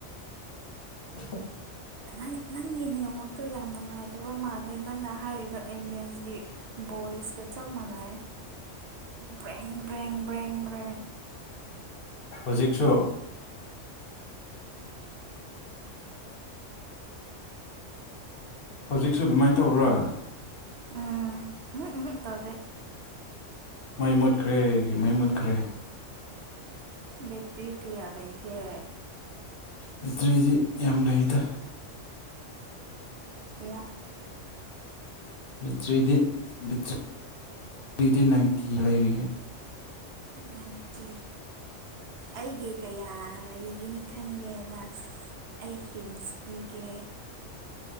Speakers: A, on the left; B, on the right.
A: <inaudible>
B: ꯅꯪ ꯅꯪꯒꯤ ꯅꯦꯠꯋꯥꯛꯇꯨ ꯌꯥꯝꯅ ꯅꯨꯡꯉꯥꯏꯇꯕ ꯃꯥꯜꯂꯦ ꯅꯪꯅ ꯍꯥꯏꯔꯤꯗꯣ ꯑꯦꯂꯤꯌꯦꯟꯁꯒꯤ ꯕꯣꯏꯁꯀ ꯆꯞ ꯃꯅꯥꯏꯌꯦ
A: <inaudible>
B: ꯕ꯭ꯔꯦꯡ ꯕ꯭ꯔꯦꯡ ꯕ꯭ꯔꯦꯡ ꯕ꯭ꯔꯦꯡ
A: ꯍꯨꯖꯤꯛꯁꯨ ꯍꯧꯖꯤꯛꯁꯨ ꯑꯗꯨꯃꯥꯏꯅ ꯇꯧꯕ꯭ꯔꯥ
B: ꯎꯝ ꯎꯝꯍꯨ ꯎꯝꯍꯨ ꯇꯗꯦ
A: ꯃꯩ ꯃꯨꯠꯈ꯭ꯔꯦ ꯃꯩ ꯃꯨꯠꯈ꯭ꯔꯦ
B: ꯕꯦꯇ꯭ꯔꯤ ꯀꯌꯥ ꯂꯩꯒꯦ
A: ꯕꯦꯇ꯭ꯔꯤꯗꯤ ꯌꯥꯝ ꯂꯩꯗ
B: ꯀꯌꯥꯝ
A: ꯕꯦꯇ꯭ꯔꯗꯤ ꯕꯦꯇ꯭ꯔꯤ ꯅꯥꯏꯟꯇꯤ ꯂꯩꯔꯤ
B: ꯅꯥꯏꯟꯇꯤ ꯑꯩꯗꯤ ꯀꯌꯥ ꯂꯩꯒꯅꯤ ꯈꯟꯒꯦꯅ ꯑꯩ ꯍꯤꯟꯁ ꯄꯤꯒꯦ